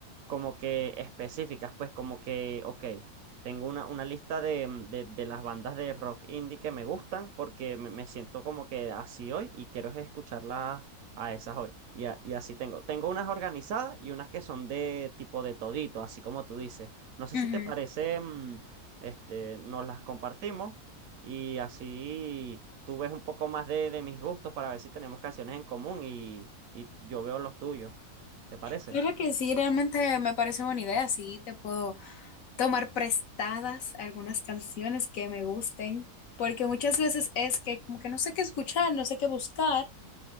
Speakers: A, on the right; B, on the left.
A: como que específicas, pues como que, ok. Tengo una, una lista de, de, de las bandas de rock indie que me gustan porque me, me siento como que así hoy y quiero es escucharlas Ah, esas hoy. Y, a- y así tengo. Tengo unas organizadas y unas que son de tipo de todito, así como tú dices. No sé
B: ujú.
A: si te parece, mm, este, nos las compartimos y así tú ves un poco más de, de mis gustos para ver si tenemos canciones en común y, y yo veo los tuyos. ¿Te parece?
B: Claro que sí, realmente me parece buena idea. Sí, te puedo tomar prestadas algunas canciones que me gusten, porque muchas veces es que como que no sé qué escuchar, no sé qué buscar,